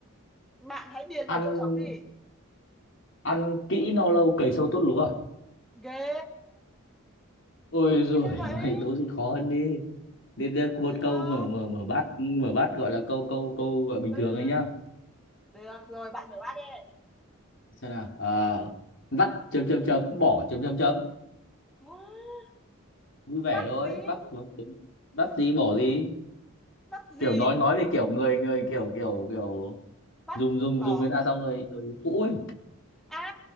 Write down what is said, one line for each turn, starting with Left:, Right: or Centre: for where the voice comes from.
Centre: Bạn hãy điền
Left: ăn
Centre: vào chỗ trống đi.
Left: ăn kỹ no lâu cày sâu tốt lúa à?
Centre: Ghê,
Left: ôi rồi
Centre: ghê
Left: <laughs>
Centre: vậy.
Left: ơi đố gì khó hơn đi đến đây một
Centre: Được,
Left: câu mở mở mở bát mở bát gọi là câu câu câu gọi bình
Centre: ừ,
Left: thường ấy nhá
Centre: được rồi, bạn mở bát đi.
Left: xem nào ờ vắt chấm chấm chấm bỏ chấm chấm chấm
Centre: Wow,
Left: vui vẻ
Centre: Vắt
Left: thôi
Centre: gì?
Left: vắt mà, chấm. vắt gì bỏ gì
Centre: vắt gì
Left: kiểu nói nói về kiểu người người kiểu kiểu kiểu
Centre: vắt
Left: dùng dùng
Centre: bỏ
Left: dùng người ta xong rồi rồi phũ ấy
Centre: à